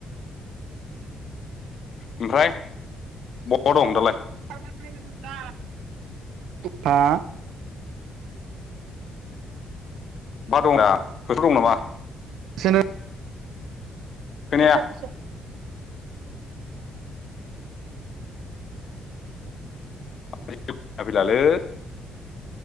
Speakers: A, on the left (about 55°); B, on the right (about 85°).
A: ओमफ्राय बहा दं
B: <inaudible>
A: दालाय
B: हा
A: बहा दं दा फोथाराव दं नामा
B: एसेनो
A: खोनाया
B: एसे - एसे <inaudible>
A: माथो जेबो खोनाफैलालै